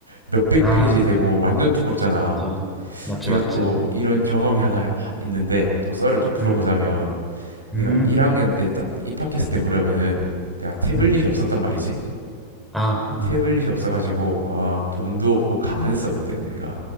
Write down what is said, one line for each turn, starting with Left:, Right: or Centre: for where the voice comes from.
Right: 몇백
Centre: 아,
Right: 페이지 되고 완전 두껍잖아.
Centre: 맞아. 맞지,
Right: 내가
Centre: 맞지.
Right: 또 이런 경험이 하나 하- 있는데 또 썰을 좀 풀어보자면
Centre: 음.
Right: 내가
Centre: 음,
Right: 1학년 때 딱 입학했을 때 무렵에는 내가 태블릿이
Centre: 음,
Right: 없었단 말이지.
Centre: 아, 음,
Right: 태블릿이 없어가지고 아 돈도 없고 가난했어 그때는 내가